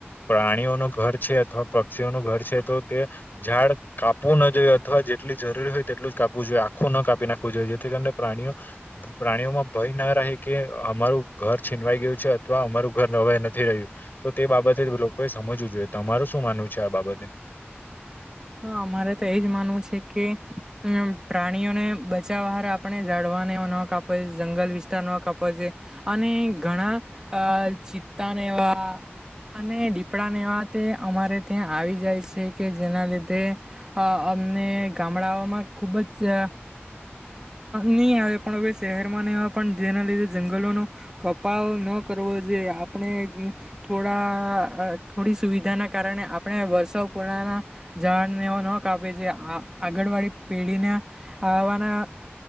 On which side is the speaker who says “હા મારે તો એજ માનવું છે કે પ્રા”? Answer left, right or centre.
Right